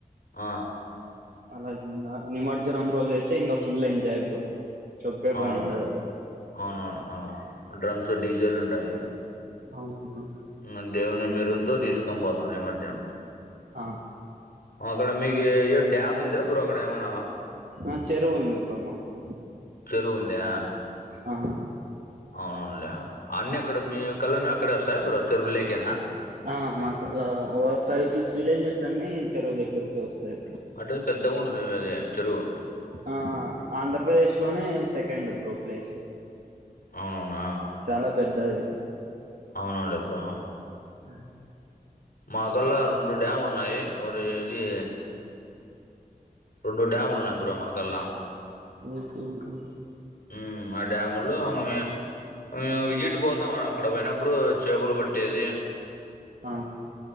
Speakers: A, on the left (about 80°); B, on the right (about 75°).
A: ఆ
B: అలా నిమర్జనం రోజయితే ఇంగా ఫుల్ ఎంజాయ్ బ్రో చెప్పే
A: అవును
B: పని ఉండదు
A: అవునవును డ్రమ్స్ డీజేలుంటాయి
B: అవును బ్రో
A: ఇంగ దేవుని మెరుగుతో తీసుకొని పోతాం నిమర్జనం
B: ఆ
A: అక్కడ మీకు ఏ డ్యామ్ ఉందా బ్రో అక్కడ ఏమనా
B: ఆ చెరువుంది బ్రో మాకు
A: చెరువుందా
B: ఆ
A: అవున్లే అన్నీ అక్కడ మీకళ్ళనే అక్కడే వస్తాయి బ్రో చెరువులేకేనా
B: ఆ మాకల్లా ఓ ఫైవ్ సిక్స్ విలేజెస్ అన్ని చెరువు దగ్గరకి వస్తాయి బ్రో
A: అట్లయితే పెద్దగా ఉంటుంది మీది చెరువు
B: ఆ ఆంధ్రప్రదేశ్ లోనే సెకండ్ బ్రో ప్లేసు
A: అవునవునా
B: చాలా పెద్దది
A: అవునవును లే బ్రో
B: అహ్
A: మా కల్లా రెండు డ్యాములు ఉన్నాయి ఒకటి ఇది రెండూ డ్యాములు ఉన్నాయి బ్రో మాకల్లా
B: ఓకే బ్రో
A: ఉమ్మ్ అ డ్యాములో ఇంగ మే మేము విజిట్ పోతాం ఆడ అక్కడ పోయినప్పుడు చేపలు పట్టేది
B: ఆ